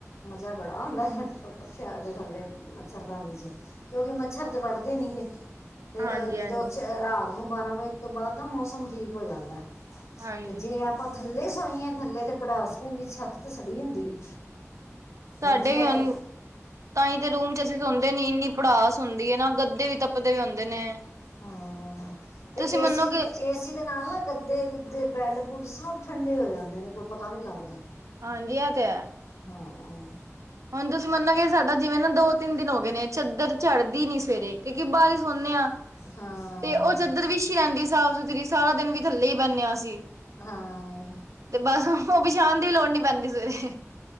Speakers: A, on the left; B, on the right.
A: ਮਜ਼ਾ ਬੜਾ ਆਉਦਾ ਹੈ ਪੱਖਿਆਂ ਦੇ ਥੱਲੇ ਮੱਛਰਦਾਨੀ 'ਚ ਕਿਉਂਕਿ ਮੱਛਰ ਤੇ ਵੱਢਦੇ ਨੀ ਗੇ ਤੇ
B: ਹਾਂਜੀ
A: ਜਦੋਂ
B: ਹਾਂਜੀ
A: ਰਾਤ ਉਣ ਬਾਰਾਂ ਵਜੇ ਤੋਂ ਬਾਅਦ ਨਾ ਮੌਸਮ ਠੀਕ ਹੋ ਜਾਂਦਾ
B: ਹਾਂਜੀ
A: ਤੇ ਜੇ ਆਪਾਂ ਥੱਲੇ ਸੋਈਏ, ਥੱਲੇ ਤੇ ਪੜਾਸ ਪੈਂਦੀ ਛੱਤ ਤੇ ਸੜੀ ਹੁੰਦੀ।
B: ਸਾਡੇ
A: ਮੰਜੀਆਂ
B: ਹੁਣ,
A: ਤੇ
B: ਤਾਂ ਹੀ ਤੇ ਰੂਮ ਚ ਅਸੀਂ ਸੋਂਦੇ ਨੀ ਇੰਨੀ ਪੜਾਸ ਹੁੰਦੀ ਹੈ ਨਾ ਗੱਦੇ ਵੀ ਤੱਪਦੇ ਵੀ ਹੁੰਦੇ ਨੇ।
A: ਹਾਂ, ਤੇ
B: ਤੁਸੀਂ ਮੰਨੋਗੇ
A: ਏਸੀ-ਏਸੀ ਦੇ ਨਾਲ ਨਾ ਗੱਦੇ, ਗੁੱਦੇ ਬੈਡ, ਬੁੱਡ ਸਭ ਠੰਡੇ ਹੋ ਜਾਂਦੇ ਨੇ ਕੋਈ ਪਤਾ ਨੀ ਲੱਗਦਾ।
B: ਹਾਂਜੀ, ਏਤੇ ਹੈ।
A: ਹਾਂ।
B: ਹੁਣ ਤੁਸੀਂ ਮੰਨੋਗੇ ਸਾਡਾ ਜਿਵੇ ਨਾ ਦੋ-ਤਿੰਨ ਦਿਨ ਹੋ ਗਏ ਨੇ ਚਾਦਰ ਚੜ੍ਹਦੀ ਨੀ ਸਵੇਰੇ ਕਿਉਂਕਿ ਬਾਹਰ ਸੋਹਨੇ ਆ
A: ਹਾਂ
B: ਤੇ ਉ ਚਦਰ ਵੀ ਬੀਛੀ ਰਹਿੰਦੀ ਸਾਫ਼ ਸੁਥਰੀ ਸਾਰਾ ਦਿਨ ਵੀ ਥੱਲੇ ਹੀ ਬੈਨਿਆ ਅਸੀ।
A: ਹਾਂ।
B: ਤੇ ਬਸ ਉਹ ਵਿਛਾਣ ਦੀ ਵੀ ਲੋੜ ਨੀ ਪੈਂਦੀ ਸਵੇਰੇ।